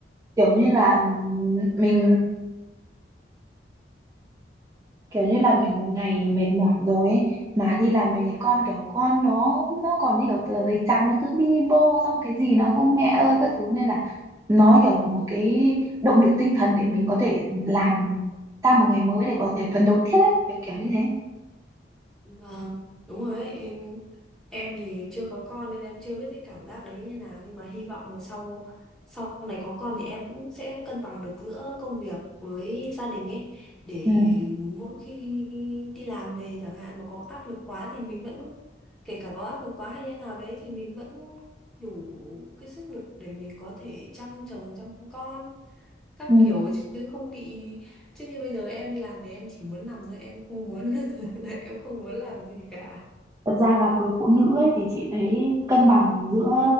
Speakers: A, on the right; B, in the centre.
A: kiểu như là ừm, mình kiểu như là mình một ngày mệt mỏi rồi ấy mà đi làm về thì con kiểu con nó nó còn như kiểu tờ giấy trắng nó cứ bi bô xong cái gì nó cũng mẹ ơi các thứ nên là nó kiểu là một cái động lực tinh thần để mình có thể làm sang một ngày mới để có thể phấn đấu tiếp ấy kiểu kiểu như thế
B: vâng đúng rồi đấy Em thì chưa có con nên em chưa biết cái cảm giác đấy như nào nhưng mà hy vọng là sau sau này có con thì em cũng sẽ cân bằng được giữa công việc với gia đình ấy để
A: Ừ.
B: mỗi khi đi làm về chẳng hạn mà có áp lực quá thì mình vẫn kể cả có áp lực quá hay như nào đấy thì mình vẫn đủ cái sức lực để mình có thể chăm chồng chăm con các
A: Ừ.
B: kiểu chứ không bị chứ như bây giờ em đi làm về em chỉ muốn nằm thôi em không muốn <laughs> em không muốn làm gì cả
A: Thật ra là với phụ nữ ấy thì chị thấy cân bằng giữa